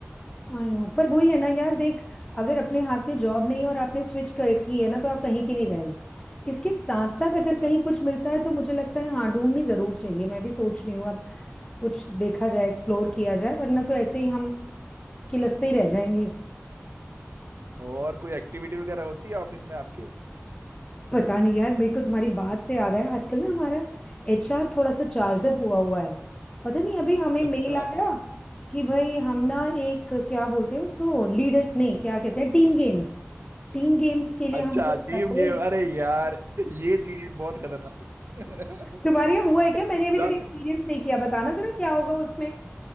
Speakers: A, on the left (about 20°); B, on the right (about 60°).
A: आई नो पर वही है ना यार देख अगर अपने हाथ में जॉब नहीं है और आपने स्विच कर की है ना तो आप कहीं की नहीं रहे इसके साथ साथ अगर
B: अच्छा
A: कहीं कुछ मिलता है तो मुझे लगता है हाँ ढूंढनी जरूर चाहिए मैं भी सोच रही हूँ अब कुछ देखा जाए एक्सप्लोर किया जाए वरना तो ऐसे ही हम किलसते ही रह जाएंगे
B: और कोई एक्टिविटी वगैरह होती है ऑफिस में आपके
A: पता नहीं यार मेरे को तुम्हारी बात से याद आया आजकल ना हमारा एचआर थोड़ा सा चार्ज अप हुआ हुआ है पता नहीं अभी हमें
B: अच्छा
A: मेल आया कि भाई हम ना एक क्या बोलते हैं उसको लीडर नहीं क्या कहते हैं टीम गेम्स टीम गेम्स के लिए
B: अच्छा
A: हम कुछ
B: टीम
A: रख रहे
B: गेम
A: हैं
B: अरे यार ये चीज बहुत खतरनाक है
A: तुम्हारे
B: <laughs>
A: यहाँ हुआ है क्या मैंने अभी
B: रा-
A: तक एक्सपीरियंस नहीं किया बताना जरा क्या होगा उसमें